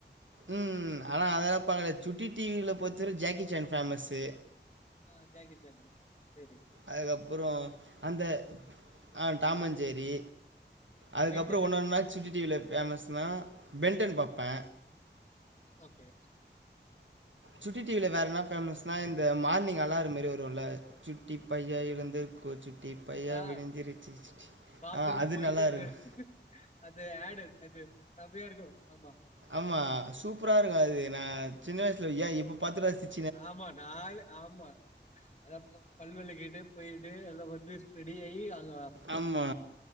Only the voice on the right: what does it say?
ம் ஆனா அதெல்லா பாக்கல சுட்டி டிவில பொறுத்தவர ஜாக்கி சேன் ஃபேமஸ்ஸு
அதுக்கப்புறோ அந்த அ டாமன்ஞ்சேரி அதுக்கப்புற
ஒன்னொன்னா சுட்டி டிவில ஃபேமஸ்னா பெண்டன் பாப்பே
சுட்டி டிவில வேற என்ன ஃபேமஸ்னா இந்த மார்னிங் அலாற மாரி வருல சுட்டி பைய எந்துர்கோ சுட்டி பையா
விடிஞ்சிருச்சு சுட்டி
ஆ
நல்லா
இருக்கும்
ஆமா சூப்பரா இருக்கு அது நா சின்ன வயசுல ஏன் இப்ப பாத்து ரசிச்
ஆம்மா